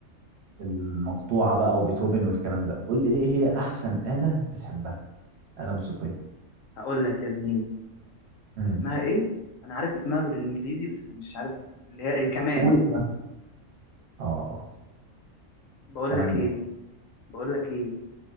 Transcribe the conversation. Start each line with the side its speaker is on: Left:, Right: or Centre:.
Right: المقطوعة بقى وبيتهوفن والكلام ده قول لي ايه هي احسن آلة بتحبها آلة موسيقية
Left: هقول لك يا زميلي
Right: امم
Left: اسمها ايه انا عارف اسمها بالانجليزي بس مش عارف اللي هي الكمان
Right: قول اسمها اه
Left: بقول
Right: كمانجة
Left: لك ايه بقول لك ايه